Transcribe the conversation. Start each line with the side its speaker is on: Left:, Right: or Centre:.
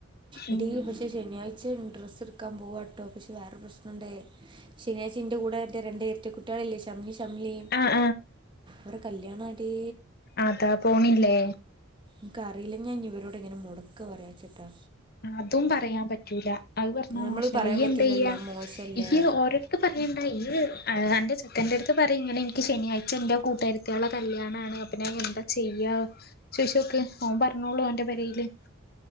Right: എടീ
Left: ഉം
Right: പക്ഷേ ശനിയാഴ്ച്ചിം ഡ്രസ്സ്ട്ക്കാൻ പോവാട്ടോ പക്ഷേ വേറെരു പ്രശ് നംണ്ടേ ശനിയാഴ്ച ഇന്റെ കൂടെ ര്ന്റെ രണ്ട് എര്റ്റ കുട്ട്യാളില്ലേ ഷംനി ഷി ചംലീം
Left: ആഹ്
Right: ഓരെ കല്ല്യാണാടീ
Left: ആതാ പോണില്ലേ
Right: ഇൻക്കറീലഞ്ഞി ഞാൻഞ്ഞി ഇവരോടെങ്ങനെ മൊടക്ക് പറയാചിട്ടാ
Left: അതും പറയാൻ പറ്റൂല അത് പർഞ്ഞാ
Right: നമ്മൾ
Left: മോശല്ലേ
Right: പറയാൻ
Left: ഇയ്യെന്തെയ്യാ
Right: പറ്റൂലല്ലോ മോശമല്ലേ
Left: ഇയ്യ് ഓരോര്ക്ക് പറയണ്ടാ ഇയ്യ് അത്‌ അൻ്റെ ചെക്കന്റെട്ത്ത് പറയ് ഇങ്ങനെ ഇൻക്ക് ശനിയാഴ്ചൻ്റെ കൂട്ടേര്ത്ത്യാളെ കല്ല്യാണാണ് അപ്പൊ ഞാൻ എന്താ ചെയ്യാ ശശോക്ക് ഓൻ പറഞ്ഞോളൂ ഓന്റെ പരയില്